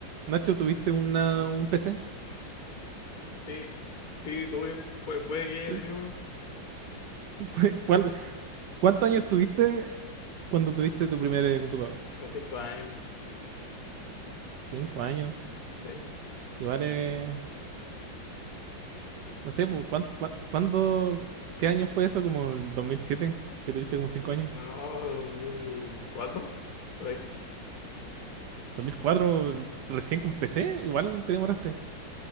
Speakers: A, on the right; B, on the left.
A: Nacho, ¿tuviste una, un PC?
B: Sí, sí, tuve. Pu- puede que
A: ¿Cu-
B: haya tenido uno.
A: <laughs> cuál- cuántos años tuviste cuando tuviste tu primer eh, computador?
B: Con cinco años.
A: Cinco años.
B: Sí.
A: Igual, eh, no sé, pues, ¿cuán- cuán- cuándo, qué año fue eso? ¿Como el dos mil siete ¿Que tuviste como cinco años?
B: No, 2004, Por ahí.
A: dos mil cuatro recién con PC? Igual te demoraste.